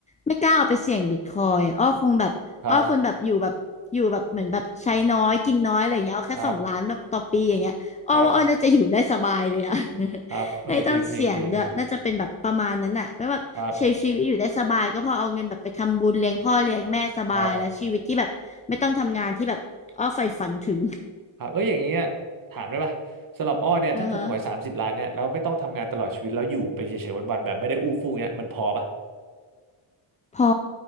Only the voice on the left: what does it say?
ไม่กล้าเอาไปเสี่ยงบิตคอยอ้อคงแบบอ้อคงแบบอยู่แบบอยู่แบบเหมือนแบบใช้น้อยกินน้อยอะไรอย่างเงี้ยเอาแค่สองล้านแบบต่อปีอย่างเงี้ยอ้อว่าอ้อน่าจะอยู่ได้สบายเลยอะ
<laughs>
ไม่ต้องเสี่ยงด้วยน่าจะเป็นแบบประมาณนั้นอะไม่แบบใช้ชีวิตอยู่ได้สบายก็พอเอาเงินแบบไปทำบุญเลี้ยงพ่อเลี้ยงแม่สบายแล้วชีวิตที่แบบไม่ต้องทำงานที่แบบอ้อใฝ่ฝันถึง
<laughs>
อือฮะ พอ